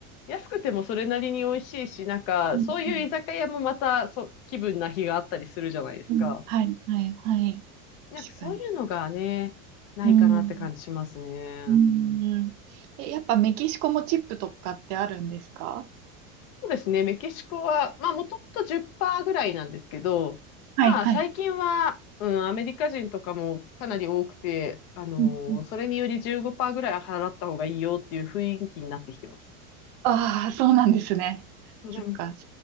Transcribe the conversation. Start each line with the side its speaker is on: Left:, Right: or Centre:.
Left: 安くてもそれなりに美味しいし、なんか、
Right: うんうん
Left: そういう居酒屋もまた、そ、気分な日があったりするじゃないですか。
Right: うんはい、はい、はい。
Left: なんかそういうのがね、
Right: 確かに。
Left: ないかなって感じしますね。
Right: うん。うん。え、やっぱメキシコもチップとかってあるんですか
Left: そうですね。メキシコは、まあ、もともと10%ぐらいなんですけど、
Right: はい、
Left: まあ、
Right: はい。
Left: 最近は、うん、アメリカ人とかもかなり多くて、あのーそれにより15%
Right: うんうん
Left: ぐらい払った方がいいよっていう雰囲気になってきてます。
Right: ああ、そうなんですね。
Left: <laughs>
Right: そっか。